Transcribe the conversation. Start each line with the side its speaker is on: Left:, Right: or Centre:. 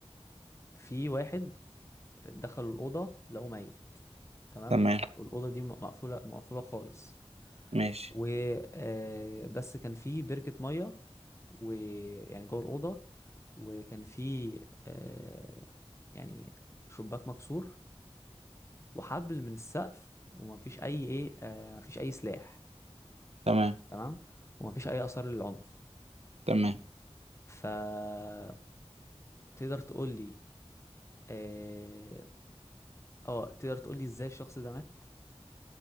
Left: في واحد دخل الاوضه لقوه ميت تمام
Right: تمام
Left: والاوضه دي مقفوله مقفوله خالص
Right: ماشي
Left: و آه، بس كان في بركه ميه ويعني جوه الاوضه وكان في آه، يعني شباك مكسور وحبل من السقف ومفيش اي ايه آه، مفيش اي سلاح
Right: تمام
Left: تمام ومفيش اي اثار للعنف
Right: تمام
Left: فتقدر تقول لي اه آه، تقدر تقول لي ازاي الشخص ده مات